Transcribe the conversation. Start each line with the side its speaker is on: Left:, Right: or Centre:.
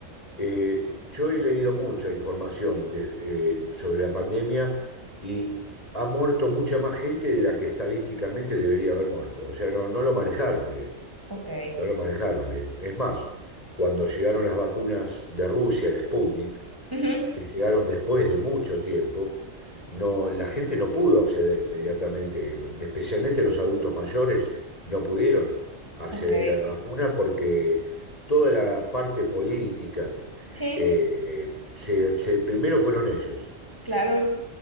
Left: eh, yo he leído mucha información de- eh, sobre la pandemia y ha muerto mucha más gente de la que estadísticamente debería haber muerto. O sea, no, no lo manejaron bien,
Right: ok.
Left: no lo manejaron bien. Es más, cuando llegaron las vacunas de Rusia, la Sputnik,
Right: Ujú,
Left: que llegaron después de mucho tiempo, no, la gente no pudo acceder inmediatamente, especialmente los adultos mayores no pudieron acceder
Right: Ok,
Left: a la vacuna porque toda la parte política,
Right: sí,
Left: eh, se- se- primero fueron ellos
Right: claro.